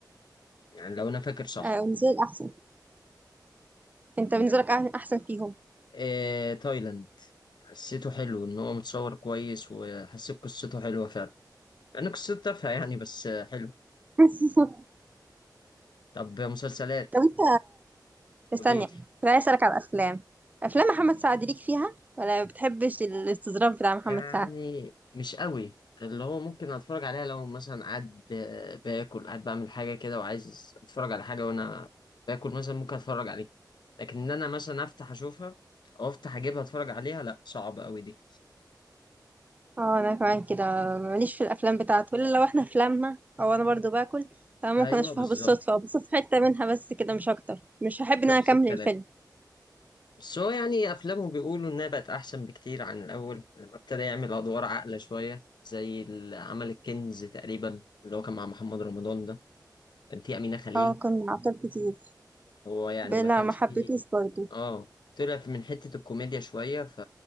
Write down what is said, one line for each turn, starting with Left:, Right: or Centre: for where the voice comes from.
Left: يعني لو انا فاكر صح
Right: آه بالنسبة لي احسن انت بالنسبة لك احسن فيهم
Left: إيه تايلاند حسيته حلو ان هو متصور كويس وحسيت قصته حلوة فعلا انا قصته تافهة يعني بس آه، حلو
Right: <laughs>
Left: طب مسلسلات
Right: طب انت بس
Left: قوليلي
Right: ثانية أنا عايز أسألك على الأفلام أفلام محمد
Left: ماشي
Right: سعد ليك فيها ولا ما بتحبش الاستظراف بتاع محمد
Left: يعني
Right: سعد؟
Left: مش قوي اللي هو ممكن اتفرج عليها لو مثلا قاعد آه، باكل قاعد بعمل حاجة كده وعايز اتفرج على حاجة وانا باكل مثلا ممكن اتفرج عليها لكن ان انا مثلا افتح اشوفها او افتح اجيبها اتفرج عليها لا صعب قوي دي
Right: اه أنا كمان كده ماليش في الأفلام بتاعته إلا لو احنا في لمة أو أنا برضو باكل فممكن
Left: ايوه
Right: أشوفها
Left: بالظبط
Right: بالصدفة أو بشوف حتة منها بس كده مش أكتر مش هحب إن
Left: نفس
Right: أنا أكمل
Left: الكلام
Right: الفيلم
Left: بس هو يعني أفلامه بيقولوا إنها بقت أحسن بكتير عن الأول لما ابتدى يعمل أدوار عاقلة شوية زي اللي عمل الكنز تقريبا اللي هو كان مع محمد رمضان ده كان فيه أمينة خليل
Right: اه كان عطل كتير
Left: هو يعني
Right: بلا
Left: ما كانش
Right: ما حبيتوش
Left: فيه
Right: برضو
Left: آه طلع من حتة الكوميديا شوية ف